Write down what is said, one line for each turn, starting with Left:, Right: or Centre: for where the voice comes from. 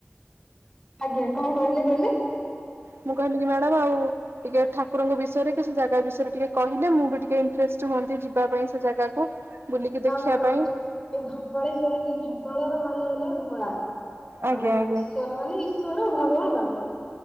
Left: ଆଜ୍ଞା। କଣ କହିଲେ କହିଲେ?
Right: ମୁଁ କହିଲି କି ମ୍ୟାଡ଼ାମ ଆଉ ଟିକେ ଠାକୁରଙ୍କ ବିଷୟରେ କି ସେ ଜାଗା ବିଷୟରେ ଟିକେ କହିଲେ ମୁଁ ବି ଟିକେ ଇଣ୍ଟରେଷ୍ଟ ହୁଅନ୍ତି ଯିବା ପାଇଁ ସେ ଜାଗାକୁ। ବୁଲିକି
Left: ହଁ
Right: ଦେଖିବା
Left: ହଁ ମ୍ୟାଡାମ
Right: ପାଇଁ।
Left: ଯୋଉ ଏଇ ଧବଳେଶ୍ଵର ଯୋଉ ଧବଳର ମାନ ହେଲା ଧଳା
Right: ଆଜ୍ଞା
Left: ଆଉ
Right: ଆଜ୍ଞା
Left: ଈଶ୍ବର ମାନେ ଈଶ୍ବର ଉ ଭଗବାନ ଆଉ।